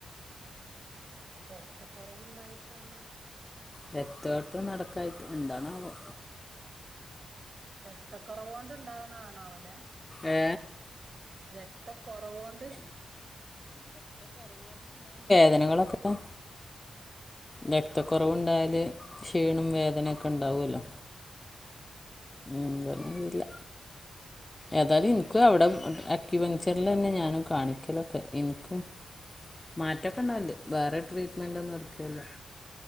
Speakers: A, on the right; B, on the left.
A: രക്ത കുറവുണ്ടായിട്ടണോ
B: രക്കോട്ടംനടക്കായിട്ടു എന്താണവോ
A: രക്തക്കുറവ കൊണ്ട് ഇണ്ടാവണണാവലെ
B: ഏ
A: രക്ത കൊറവോണ്ട്
B: ജനങ്ങളൊക്കെ പ്പം രക്തക്കുറവുണ്ടായാല് ക്ഷീണും വേദനൊക്കെ ഇണ്ടാവുവല്ലോ
A: ഉം
B: എന്തന്നറിയില്ല ഏതായാലും എനിക്കും അവിടെ അക്കി പങ്ചറിൽ തന്നെ ഞാനും കാണിക്കലൊക്കെ എനിക്കും മാറ്റകെ ണ്ടവലുണ്ട് വേറെ ട്രീറ്റ്മെന്റന്നും നടത്തില്ലോ